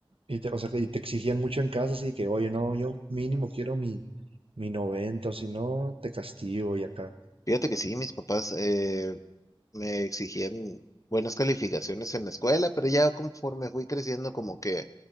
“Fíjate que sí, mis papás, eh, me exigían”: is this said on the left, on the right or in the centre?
Left